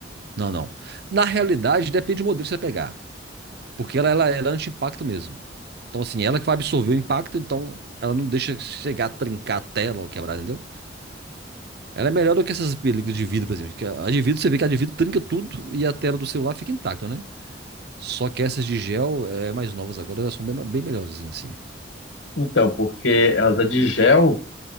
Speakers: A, on the right (about 60°); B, on the left (about 70°).
A: Não, não. Na realidade, depende do modelo que você pegar. Porque ela, ela, ela é anti-impacto mesmo. Então, assim, ela que vai absorver o impacto, então ela não deixa chegar a trincar a tela ou quebrar, entendeu? Ela é melhor do que essas películas de vidro, por exemplo. Que a de vidro, você vê que a de vidro trinca tudo e a tela do celular fica intacta, né? Só que essas de gel, é mais novas agora, elas são bem, bem melhores, assim.
B: Então, porque ela é de gel,